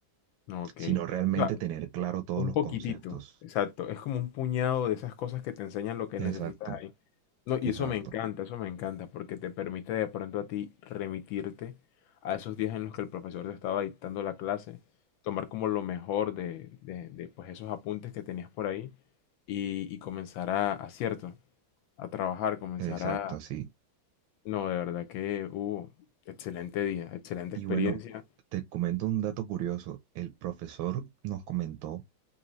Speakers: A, on the left (about 80°); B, on the right (about 80°).
A: Ok.
B: sino realmente
A: O sea,
B: tener claro
A: u-
B: todos
A: un
B: los
A: poquitito,
B: conceptos.
A: exacto. Es como un puñado de esas cosas que te enseñan lo que necesitas
B: Exacto,
A: ahí. No,
B: exacto,
A: y eso me encanta, eso me encanta, porque te permite de pronto a ti remitirte a esos días en los que el profesor te estaba dictando la clase, tomar como lo mejor de, de- de, pues esos apuntes que tenías por ahí y, y comenzar a, a, cierto, a trabajar, comenzar
B: exacto,
A: a...
B: sí.
A: No, de verdad que hubo excelente día, excelente
B: Y
A: experiencia.
B: bueno, te comento un dato curioso. El profesor nos comentó